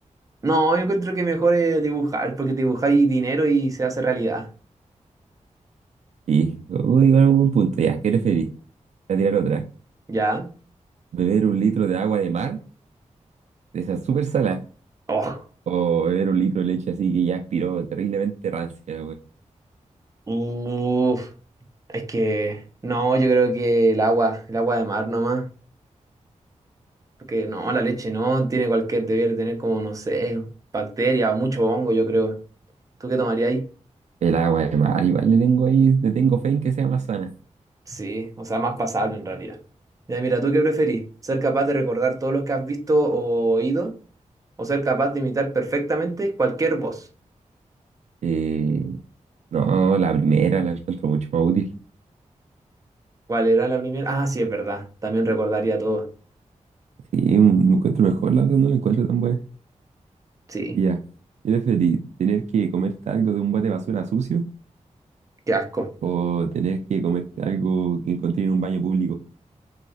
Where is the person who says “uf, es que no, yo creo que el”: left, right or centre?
Right